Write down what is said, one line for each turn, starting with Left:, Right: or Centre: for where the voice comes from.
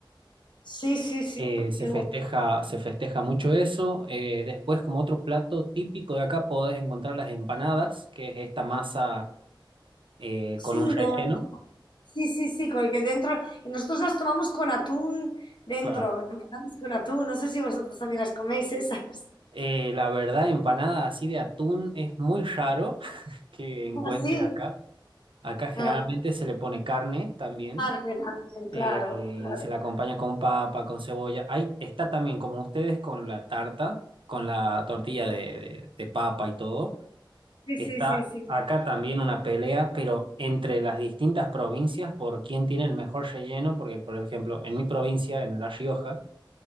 Left: Sí, sí, sí,
Right: Eh, se
Left: qué
Right: festeja,
Left: bueno.
Right: se festeja mucho eso. Eh, después, como otro plato típico de acá, podés encontrar las empanadas, que es esta masa eh,
Left: Sí,
Right: con un relleno.
Left: de- Sí, sí, sí, con el que dentro, nosotros las tomamos con atún dentro,
Right: Claro.
Left: empanadas con atún, no sé si vosotros también las coméis esas. <laughs>
Right: Eh, la verdad, empanada así de atún es muy raro <laughs> que encuentres
Left: Ah, sí
Right: acá. Acá generalmente
Left: ah,
Right: se le pone carne también
Left: carne también, claro,
Right: eh,
Left: claro.
Right: y se la acompaña con papa, con cebolla. Ahí está también, como ustedes, con la tarta, con la tortilla de de- de papa y todo.
Left: Sí,
Right: Está
Left: sí, sí, sí.
Right: acá también una pelea, pero entre las distintas provincias por quién tiene el mejor relleno, porque por ejemplo, en mi provincia, en La Rioja,